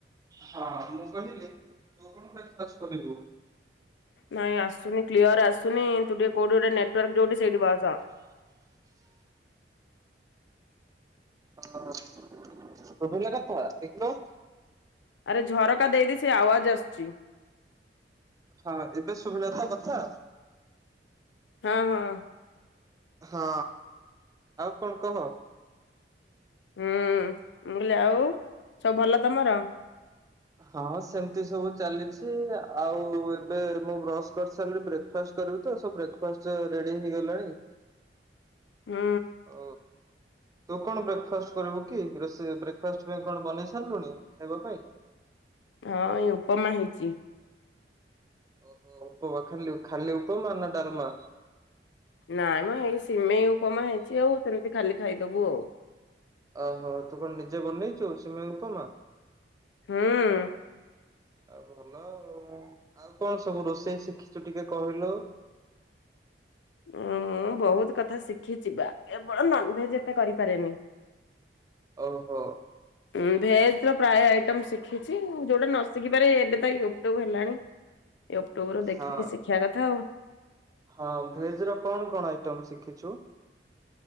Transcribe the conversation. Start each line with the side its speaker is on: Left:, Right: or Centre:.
Right: ହଁ, ମୁଁ କହିଲି ତୁ କଣ ବ୍ରେକ୍ ଫାଷ୍ଟ୍ କରିିବୁ?
Left: ନାଇଁ ଆସୁନି କ୍ଲିୟର ଆସୁନି, ତୁ ଟିକେ କୋଉଠି ଗୋଟେନେଟୱର୍କ ଯୋଉଠି ସେଇଠି ବସ।
Right: ହଁ, ଶୁବିଲା କଥା, ଦେଖିଲ?
Left: ଆରେ ଝରକା ଦେଇଦେ, ସେଇ ଆୱଜ ଆସୁଛି।
Right: ହଁ ଏବେ ଶୁଭିଲା ତ କଥା?
Left: ହଁ ହଁ।
Right: ହଁ, ଆଉ କଣ କହ?
Left: ହୁଁ, ମୁଁ କହିଲି ଆଉ, ସବୁ ଭଲ ତମର?
Right: ହଁ ସେମିତି ସବୁ ଚାଲିଛି ଆଉ ଏବେ ମୁଁ ବ୍ରଶ କରି ସାରିଲିପରେ ବ୍ରେକ୍ଫାଷ୍ଟ କରିବୁ ତ ସବୁ ବ୍ରେକ୍ଫାଷ୍ଟ ରେଡି ହେଇଗଲାଣି।
Left: ହୁଁ
Right: ଓ ତୁ କଣ ବ୍ରେକଫାଷ୍ଟ କରିବୁ କି ରୋଷେଇ ବ୍ରେକ୍ଫାଷ୍ଟ ପାଇଁ କଣ ବନେଇ ସାରିଲୁଣି ଖାଇବା ପାଇଁ
Left: ହଁ ଏଇ ଉପମା ହେଇଛି।
Right: ଓହୋ ଉପମା ଖାଲି ଖାଲି ଉପମା ନା ଡଲମା
Left: ନାଇଁ ମଏଇ ସିମେଇ ଉପମା ହେଇଛି ଆଉ ସେମିତି ଖାଲି ଖାଇଦବୁ ଆଉ
Right: ଓହୋ ତୁ କଣ ନିଜେ ବନେଇଛୁ ସିମେଇ ଉପମା।
Left: ହୁଁ
Right: ଆଉ ଭଲ ଆଉ କଣ ସବୁ ରୋଷେଇ ଶିଖିଛୁ ଟିକେ କହିଲୁ।
Left: ଉ ମୁଁ ବହୁତ କଥା ଶିଖିଛି ବା କେବଳ ନନଭେଜଟା କରିପାରେନି।
Right: ଓହୋ
Left: ଉଁ ଭେଜ ର ପ୍ରାୟ ଆଇଟମ ଶିଖିଛି ଯୋଉଟା ନ ଶିଖିପାରେ ଏବେ ତ ୟୁଟ୍ୟୁବ ହେଲାଣି। ୟୁଟୁବରୁ ଦେଖିକି
Right: ହଁ
Left: ଶିଖିବା କଥା ଆଉ
Right: ହଁ ଭେଜ ର କଣ କଣ ଆଇଟମ ଶିଖିଛୁ।